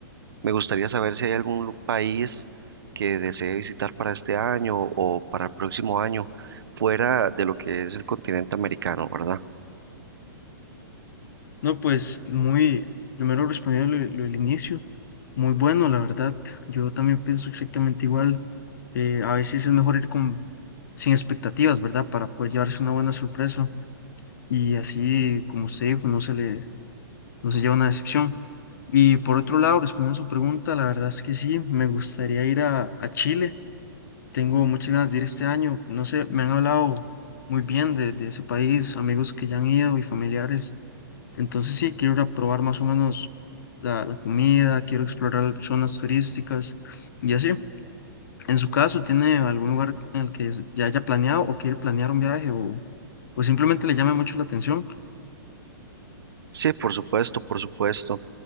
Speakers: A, on the right; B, on the left.
A: me gustaría saber si hay algún lu- país que desee visitar para este año o para el próximo año, fuera de lo que es el continente americano, ¿verdad?
B: No, pues muy, primero respondiendo lo, lo del inicio, muy bueno, la verdad. Yo también pienso exactamente igual. Eh, a veces es mejor ir con sin expectativas, ¿verdad? Para poder llevarse una buena sorpresa y así, como usted dijo, no se le, no se lleva una decepción. Y por otro lado, respondiendo a su pregunta, la verdad es que sí, me gustaría ir a, a Chile. Tengo muchas ganas de ir este año. No sé, me han hablado muy bien de, de ese país, amigos que ya han ido y familiares. Entonces sí, quiero ir a probar más o menos la, la comida, quiero explorar zonas turísticas y así. En su caso, ¿tiene algún lugar en el que ya haya planeado o quiere planear un viaje o pues simplemente le llame mucho la atención.
A: Sí, por supuesto, por supuesto.